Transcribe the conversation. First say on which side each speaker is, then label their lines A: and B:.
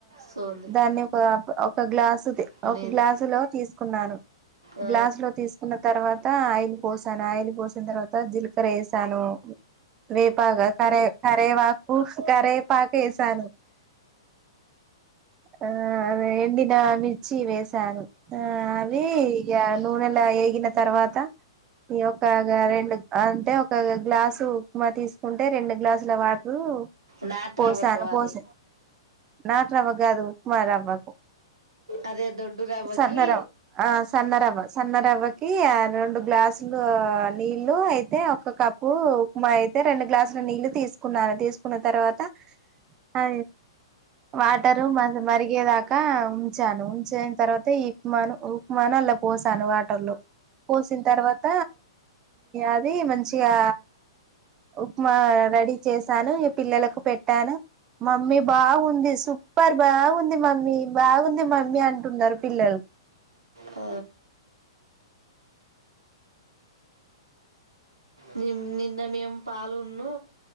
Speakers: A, on the right (about 75°); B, on the right (about 25°).
A: సోంది
B: దాన్ని ఒక ఒక గ్లాస్
A: అనేది
B: ఒక గ్లాసు లో తీసుకున్నాను
A: ఆ, ఆ,
B: గ్లాసు లో తీసుకున్న తర్వాత ఆయిల్ పోసాను ఆయిల్ పోసిన తర్వాత జీలకర వేసాను వేపాక కరే కరేవాకు కరేపాకు వేసాను ఆ అదే ఎండినా మిర్చి వేసాను ఆ అవి ఇగ నూనెలో ఏగిన తర్వాత ఈ ఒకగ రెండు అంటే ఒక గ్లాసు ఉప్మా తీసుకుంటే రెండు గ్లాసుల వాటరు
A: నాటు
B: పోసాను
A: రవ్వకు అది
B: పోసా నాట్ రవ్వకు కాదు ఉప్మా రవ్వకు
A: అదే దొడ్డు రవ్వకి
B: సన్న రవ్వ ఆ సన్న రవ్వ సన్న రవ్ రవ్వకి రెండు గ్లాసులు నీళ్లు అయితే ఒక కప్పు ఉప్మా అయితే రెండు గ్లాసుల నీళ్ళు తీసుకున్నాను తీసుకున్న తర్వాత అ వాటరు మ మరిగేదాక ఉంచాను ఉంచిన తర్వాత ఈ ఉప్మాను ఉప్మాను అల్ల పోసాను వాటర్ లో పోసిన తర్వాత అది మంచిగా ఉప్మా రెడీ చేసాను పిల్లలకు పెట్టాను మమ్మీ బాగుంది సూపర్ బాగుంది మమ్మీ బాగుంది మమ్మీ అంటున్నారు పిల్లలు
A: ఆ ని నిన్న మేము పాలున్ను